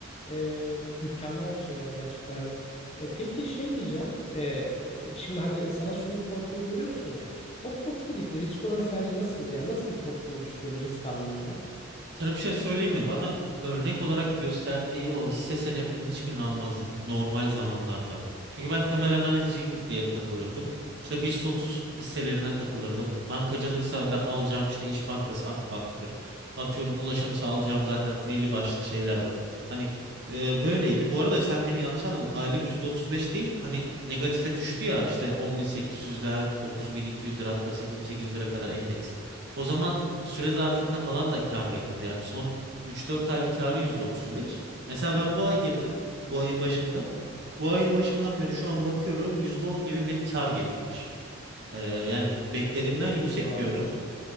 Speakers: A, on the left (about 30°); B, on the right (about 55°).
A: e, mükemmel bir şey yani gerçekten hani. E, peki şey diyeceğim. E, şimdi hani sana sunduğu portföyü görüyorsun ya. O portföydeki risk oranı sence nasıldı? Yani nasıl bir portföy oluşturuyordu risk anlamında?
B: Sana bir şey söyleyeyim mi? Bana örnek olarak gösterdiği o hisse senetlerinin hiçbirini almazdım normal zamanlarda. Çünkü ben temel analizciyim diye takılırdım. İşte BIST 30 hisselerine takılırdım. Bankacılıksa be alacağım işte İş Bankası, Akbank'tır. Atıyorum ulaşımsa alacağım zaten belli başlı şeyler var. Hani e, böyleydi. Bu arada sen beni yanlış anladın. Aylık %35 değil. Hani negatife düştü ya işte 10.800'den 9.200 lira hatta 8.800 lira kadar endeks. O zaman süre zarfında falan da kar getirdi. Yani son üç dört aylık karı %35. Mesela ben bu ay girdim. Bu ayın başında. Bu ayın başından beri şu an bakıyorum %10 gibi bir kar getirmiş. Ee, yani beklediğimden
A: Çok
B: yüksek
A: iyi bir oran
B: bir oran.
A: bence.